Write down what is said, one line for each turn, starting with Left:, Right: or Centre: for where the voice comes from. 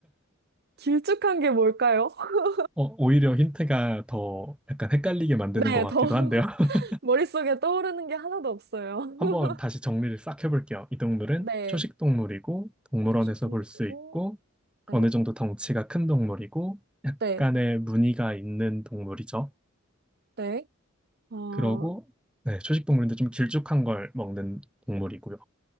Right: 길쭉한 게 뭘까요? <laughs>
Centre: 어, 오히려 힌트가 더 약간 헷갈리게 만드는
Right: 네,
Centre: 것 같기도
Right: 더 <laughs>
Centre: 한데요. <laughs>
Right: 머릿속에 떠오르는 게 하나도 없어요.
Centre: 한번
Right: <laughs>
Centre: 다시 정리를 싹 해볼게요. 이 동물은
Right: 네.
Centre: 초식 동물이고, 동물원에서
Right: 초식 동물이고,
Centre: 볼 수 있고,
Right: 네,
Centre: 어느 정도 덩치가 큰 동물이고, 약간의
Right: 네,
Centre: 무늬가 있는 동물이죠.
Right: 네. 아,
Centre: 그러고, 네, 초식 동물인데 좀 길쭉한 걸 먹는 동물이고요.